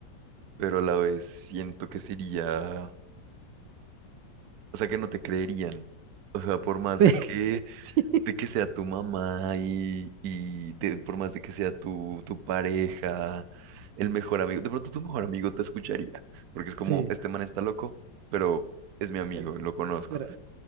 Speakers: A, on the right (about 65°); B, on the right (about 80°).
A: pero a la vez siento que sería, o sea, que no te creerían. O sea, por más
B: <laughs>
A: de que,
B: Sí,
A: de que sea tu mamá y, y de- por más de que sea tu, tu pareja, el mejor amigo, de pronto tu mejor amigo te escucharía, porque es como,
B: sí, sí,
A: este man está loco, pero es mi amigo,
B: espera,
A: lo conozco.
B: espera.